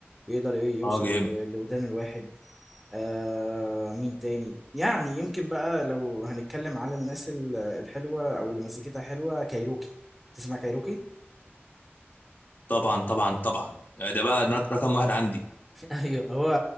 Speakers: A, in the centre; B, on the left (about 50°).
A: بيقدر إيه يوصل
B: اه جامد
A: ل- لودان الواحد آه مين تاني يعني يمكن بقى لو هنتكلم على الناس ال- الحلوة أو اللي مزيكتها حلوة كايروكي تسمع كايروكي؟
B: طبعا طبعا طبعا يعني ده بقى رق- رقم واحد عندي
A: <laughs> ايوه هو